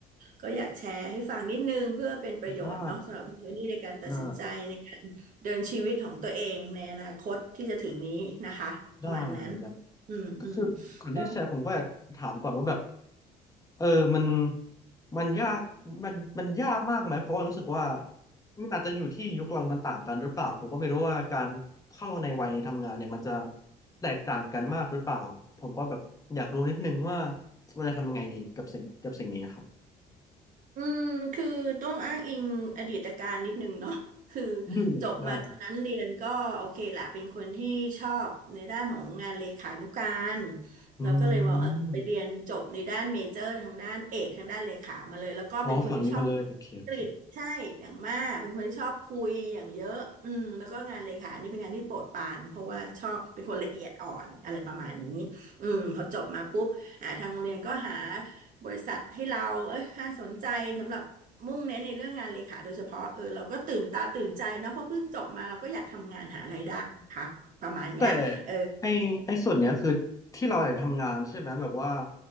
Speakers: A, on the right; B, on the left.
A: ก็อยากแชร์ให้ฟังนิดนึงเพื่อเป็นประโยชน์เนาะสำหรับคุณโทนี่ในการตัดสินใจ
B: ได้ได้
A: เดินชีวิตของตัวเองในอนาคตที่จะถึงนี้นะคะประมาณนั้น
B: ได้ได้ได้
A: อืมอืม
B: ก็คือก่อนที่จะแชร์ผมก็อยากถามก่อนว่าแบบ
A: ก็
B: เออมันมันยากมันมันยากมากไหมเพราะว่ารู้สึกว่ามันอาจจะอยู่ที่ยุคเรามันต่างกันหรือเปล่าผมก็ไม่รู้ว่าการเข้าในวัยทำงานเนี่ยมันจะแตกต่างกันมากหรือเปล่าผมก็แบบอยากรู้นิดนึงว่าเราจะทำยังไงดีกับสิ่งกับสิ่งนี้ครับ
A: อืมคือต้องอ้างอิงอดีตการนิดนึงเนาะ <laughs> คือ
B: อืมได้
A: จบมาตอนนั้นเรียนก็โอเคแหละเป็นคนที่ชอบในด้านของงานเลขานุการ
B: อื
A: เราก็เลยมองเออไปเรียนจบในด้านเมเจอร์ทางด้านเอกทางด้านเลขามาเลยแล้วก็เป็นคนที่ชอบพูดอังกฤษใช่อย่างมากเป็นคนที่ชอบคุยอย่างเยอะอืมแล้วก็งานเลขานี่เป็นงานที่โปรดปรานเพราะว่าชอบเป็นคนละเอียดอ่อนอะไรประมาณนี้
B: มอ๋อฝั่งนี้มาเลยโอเคโอเค
A: อืมพอจบมาปุ๊บอ่าทางโรงเรียนก็หา บริษัทให้เราเอ้ยน่าสนใจสำหรับมุ่งเน้นในเรื่องงานเลขาโดยเฉพาะเออเราก็ตื่นตาตื่นใจนะเพราะเพิ่งจบมาเราก็อยากทำงานหารายได้นะคะประมาณเนี้ยเออ
B: แต่ไอไอส่วนเนี้ยคือที่เราอยากทำงานใช่ไหมแบบว่า